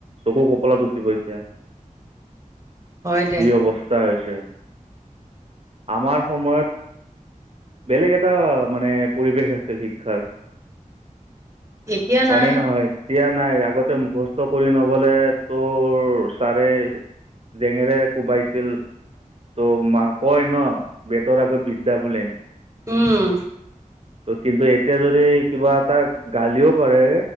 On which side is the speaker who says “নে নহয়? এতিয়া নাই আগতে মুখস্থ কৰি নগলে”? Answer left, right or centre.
Right